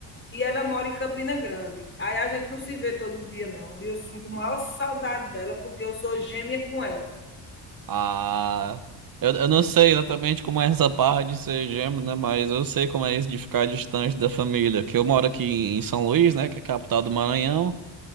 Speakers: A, on the left; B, on the right.
A: e ela mora em Campina Grande. Aí a gente não se vê todo dia, não. E eu sinto maior saudade dela, porque eu sou gêmea com ela.
B: Ah, eu, eu não sei exatamente como é essa parte de ser gêmeo, né? Mas eu sei como é isso de ficar distante da família. Que eu moro aqui em São Luís, né? Que é a capital do Maranhão.